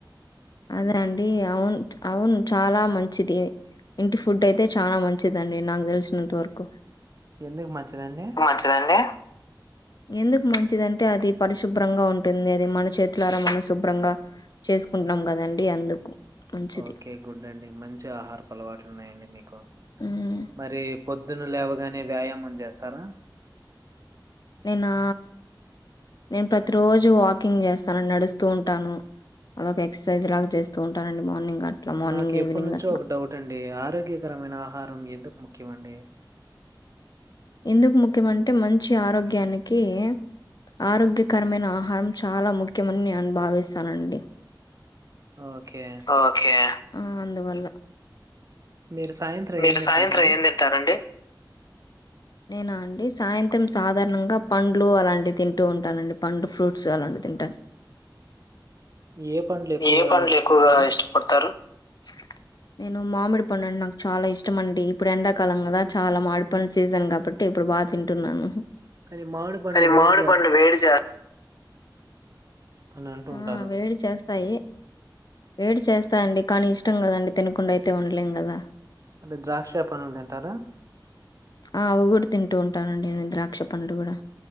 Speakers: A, on the left (about 55°); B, on the right (about 40°).
A: అదే అండి అవున్ అవున్ చాలా మంచిది ఇంటి ఫుడ్ అయితే చానా మంచిదండి నాక్ దెలిసినంత వరకు
B: ఎందుక్ మంచిదండి
A: చ్చదండీ ఎందుకు మంచిదంటే అది పరిశుభ్రంగా ఉంటుంది అది మన చేతులారా మన శుభ్రంగా చేసుకున్నాం గదండి అందుకు మంచిది.
B: ఓకే గుడ్ అండి మంచి ఆహారఅలవాట్లు ఉన్నాయండి మీకు
A: హ్మ్.
B: మరి పొద్దున లేవగానే వ్యాయామం చేస్తారా
A: నేన్నా నేను ప్రతి రోజు వాకింగ్ చేస్తాను నడుస్తూ ఉంటాను అదొక ఎక్సైజ్ లాగ చేస్తూ ఉంటానండి మార్నింగ్ అట్లా మార్నింగ్
B: నాకు
A: ఈవినింగ్
B: ఎప్పడి నుంచో
A: అట్లా
B: ఒక డౌట్ అండి ఆరోగ్యకరమైన ఆహారం ఎందుకు ముఖ్యమండి
A: ఎందుకు ముఖ్యమంటే మంచి ఆరోగ్యానికి ఆరోగ్యకరమైన ఆహారం చాలా ముఖ్యమని అని నేను భావిస్తానండి
B: ఓకే
A: ఓకే ఉమ్ అందువల్ల
B: మీరు సాయంత్రం
A: మీరు
B: ఏమ్ తింటారండి
A: సాయంత్రం ఏం తింటారండి నేను అండి సాయంత్రం సాధారణంగా పండ్లు అలాంటివి తింటూ ఉంటాను అండి పండ్లు ఫ్రూట్స్ అలాంటివి తింటాను
B: ఏ పండ్లు ఎక్కువగా
A: ఏ పండ్లు
B: ఇష్టపడతారు?
A: ఎక్కువగా ఇష్టపడతారు చా నేను మామిడి పండు అంటే నాకు చాలా ఇష్టమండి ఇప్పుడు ఎండాకాలం కదా చాలా మామిడి పండ్లు సీజన్ కాబట్టి ఇప్పు బాగా తింటున్నాను
B: కానీ మామిడి పండ్లు
A: కానీ
B: వేడి
A: మామిడి పండ్లు వేడి చేస్తాయి
B: అని అంటూ
A: ఆ
B: ఉంటారు.
A: వేడి చేస్తాయి వస్తాయి వేడి చేస్తాండి కానీ ఇష్టం కదండి తినకుండా అయితే ఉండలేం కదా
B: మీరు ద్రాక్ష పండ్లను తింటారా
A: ఆ అవి కూడా తింటూ ఉంటానండి నేను ద్రాక్ష పండ్లు కూడా